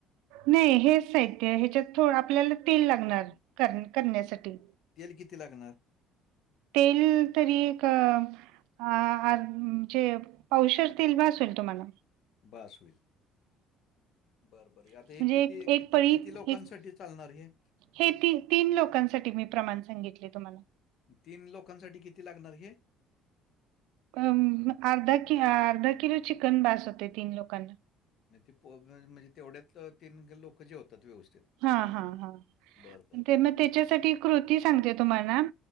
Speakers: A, on the right; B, on the left.
A: नाही हेच साहित्य ह्याच्यात थोडं आपल्याला तेल लागणार कर करण्यासाठी.
B: तेल किती? लागणार.
A: तेल तरी एक अ म्हणजे पावशेर तेल बास होइल तुम्हाला.
B: बास होईल. बरं बरं आता
A: म्हणजे
B: हे किती?
A: एक एक
B: किती?
A: पळी
B: किती? लोकांसाठी
A: एक
B: चालणार हे.
A: हे ती, तीन लोकांसाठी मी प्रमाण सांगितले तुम्हाला.
B: तीन लोकांसाठी किती? लागणार हे.
A: अ अर्धा, कि अर्धा, किलो चिकन बास होते. तीन लोकांना.
B: मग ते पोरं नायत म्हणजे तीन लोक जेवतात व्यवस्थित.
A: हा हां हां
B: बरं, बरं,
A: ते
B: बरं.
A: मग त्याच्यासाठी कृती सांगते तुम्हाला.